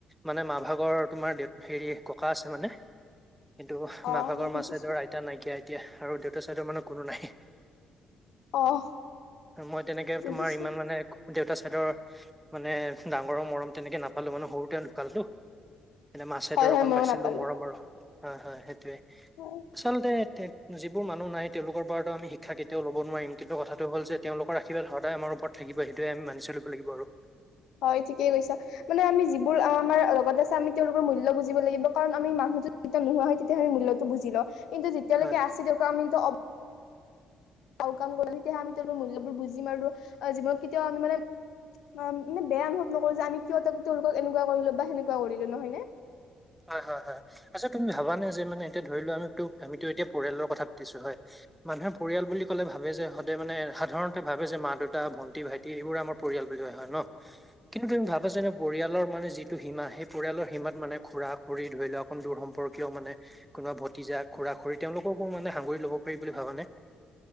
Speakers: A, in the centre; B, on the left.
A: মানে মা-ভাগৰ তোমাৰ দেউ হেৰি ককা আছে মানে। সেইটো
B: অ',
A: মা-ভাগৰ
B: বুজিছোঁ।
A: মা চাইডৰ আইতা নাইকিয়া। দিয়া আৰু দেউতা চাইদৰ মানুহ কোনো নাই।
B: অহ,
A: মই তেনেকে
B: বুজিছো।
A: তোমাৰ ইমান মানে দেউতা চাইদৰ মানে, ডাঙৰৰ মৰম তেনেকে নাপালো মানে সৰুতে ঢুকালেটো। এনে মা-চাইডৰ
B: হয়, হয়,
A: অকণ
B: ময়ো
A: পাইছিলো
B: নাপালো।
A: মৰম আৰু হয়, হয়। সেই। টোৱে,
B: হয়,
A: আচলতে যিবোৰ মানুহ নাই, তেওঁলোকৰ পৰাতো আমি শিক্ষা কেতিয়াও ল'ব নোৱাৰিম। কিন্তু কথা টো হ'ল যে তেওঁলোকৰ আশীৰ্বাদ সদায় আমাৰ ওপৰত থাকিব, সেইটোৱেই আমি মানি চলিব লাগিব আৰু।
B: হয়, ঠিকেই কৈছা। মানে আমি যিবোৰ আমাৰ লগত আছে, আমি তেওঁলোকৰ মূল্য বুজিব লাগিব। কাৰণ আমি মানুহতো যেতিয়া নোহোৱা হয়, তেতিয়াহে মূল্যতটো বুজি লওঁ। কিন্তু যেতিয়ালৈকে
A: হয়
B: আছে, তেওঁকো আমি <unintelligible> অ। ভাল কাম কৰিলে, তেতিয়াহে আমি তেওঁলোকৰ মূল্যবোৰ বুজিম। আৰু জীৱনত কেতিয়াও আমি মানে মানে বেয়া অনুভৱ নকৰো যে, আমি কিয় তেওঁলোকক এনেকুৱা কৰিলো বা সেনেকুৱা কৰিলো। নহয় নে?
A: হয় হয় হয়। আচ্ছা, তুমি ভাবা নে? যে মানে এতিয়া ধৰি লোৱা, আমি আমিতো এতিয়া পৰিয়ালৰ কথা পাতিছো হয়। মানুহে পৰিয়াল বুলি কলে ভাবে যে ইহঁতে মানে সাধাৰণতে ভাবে যে মা-দেউতা, ভন্টি-ভাইটি। এইবোৰ আমাৰ পৰিয়াল বুলি ভাৱে ন? কিন্তু তুমি ভাবা যে, পৰিয়ালৰ মানে যিটো সীমা। সেই পৰিয়ালৰ সীমাত মানে খুৰা খুৰী, ধৰি লোৱা, অকণ দূৰ সম্পৰ্কীয় মানে। কোনোবা ভতিজা, খুৰা খুৰী তেওঁলোককো মানে সাঙুৰি ল'ব পাৰি বুলি ভাবানে?